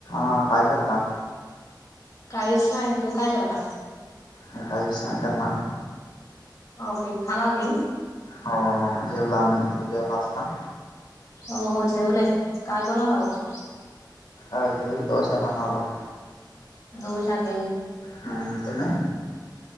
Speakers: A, on the left; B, on the left.
A: हा काय करता?
B: काहीच नाही. तू काय करता?
A: नेताजी शंकर ना.
B: ओके खालाके.
A: हो जेवलाम् तू जेवलास का?
B: हो हो जेवले. काय बनवला होज?
A: आज डोसे बनवले.
B: दोशात.
A: ह तम.